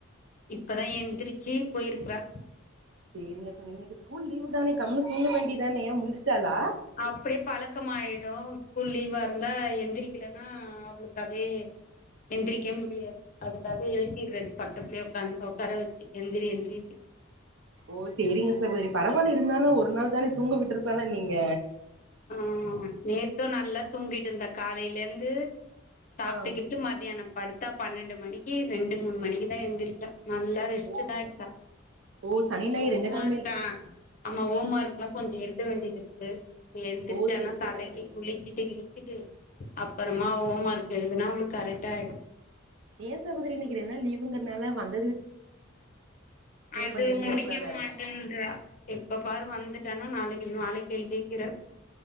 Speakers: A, on the left; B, on the right.
A: இப்பதான் எந்திரிச்சு போயிருக்கறா
B: சரிங்க தோழி இன்னைக்கு ஸ்கூல் லீவு தானே கம்னு தூங்க வேண்டியதானே ஏன் முழிச்சிட்டாலா
A: அப்டே பழக்கமாயிடும் ஸ்கூல் லீவா இருந்தா எந்திரிக்கலன்னா அவளுக்கு அதே எந்திரிக்கே முடியாது அதுக்காக எழுப்பிடறது பக்கத்துலே உக்காந் உட்கார வச்சு எந்திரி எந்திரினுட்டு
B: ஓ செரிங்க சகோதிரி பரவாயில்ல இருந்தாலும் ஒரு நாள் தானே தூங்க விட்டுருக்கலான் இல்ல நீங்க
A: ஆ நேத்தும் நல்லா தூங்கிட்டு இருந்தா காலையில இருந்து சாப்ட்டுக்கீப்ட்டு
B: ஆ
A: மதியானம் படுத்தா பன்னண்டு மணிக்கு ரெண்டு மூணு மணிக்கு தான் எந்திரிச்சா நல்லா ரெஸ்ட்
B: ஓ
A: தான் எடுத்தா
B: ஓ
A: நீ
B: சனி
A: கொஞ்சம்
B: ஞாயிறு
A: ஹோமர்க்கா
B: ரெண்டு நாளுமே
A: ஆ அம்மா ஹோம் ஒர்க் ல்லா கொஞ்சோ எழுத வேண்டிது இருக்கு எந்திரிச்சனா
B: ஓ சேரிங்க
A: தலைக்கு
B: சகோதரி
A: குளிச்சிட்டு கிழிச்சிட்டு அப்பறமா ஹோம் ஒர்க் எழுதுனா அவ்ளுக் கரெக்டாயிடும்
B: ஏ சகோதரி இன்னிக்கு ரெண்டு நாள் லீவுங்குறனால வந்
A: அது
B: பண்ணி இருந்திருக்கலால்ல
A: முடிக்க மாட்டேன்றா எப்ப பாரு வந்துட் டானா நாளைக்கு நாளைக்கு எழுதிக்கிற